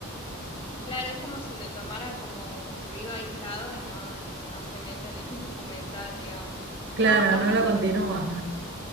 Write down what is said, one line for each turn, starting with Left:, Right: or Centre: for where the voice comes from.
Left: Claro, es como si lo tomara como un ruido aislado y no, no, no se mete en el <laughs> documental, digamos.
Right: Claro,
Left: No, a
Right: no
Left: mí
Right: lo
Left: me
Right: continúa.
Left: parece.